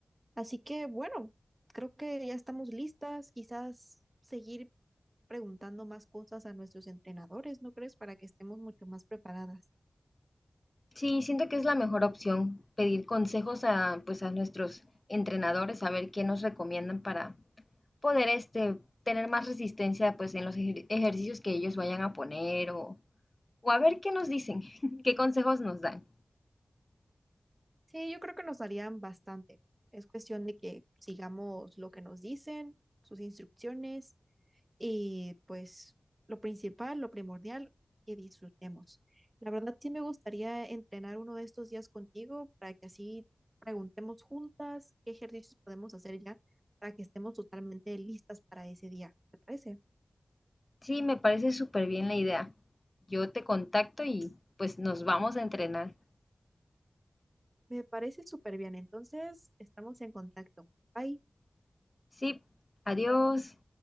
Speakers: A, on the right; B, on the left.
A: Así que bueno, creo que ya estamos listas. Quizás seguir preguntando más cosas a nuestros entrenadores, ¿no crees? Para que estemos mucho más preparadas.
B: Sí, siento que es la mejor opción pedir consejos a, pues, a nuestros entrenadores, saber qué nos recomiendan para poder este, tener más resistencia pues, en los ejer- ejercicios que ellos vayan a poner o, o a ver qué nos dicen, <laughs> qué consejos nos dan.
A: Sí, yo creo que nos darían bastante. Es cuestión de que sigamos lo que nos dicen, sus instrucciones y pues lo principal, lo primordial, que disfrutemos. La verdad sí me gustaría entrenar uno de estos días contigo para que así preguntemos juntas qué ejercicios podemos hacer ya para que estemos totalmente listas para ese día. ¿Te parece?
B: Sí, me parece súper bien la idea. Yo te contacto y pues nos vamos a entrenar.
A: Me parece súper bien. Entonces, estamos en contacto. Bye.
B: sí. adiós.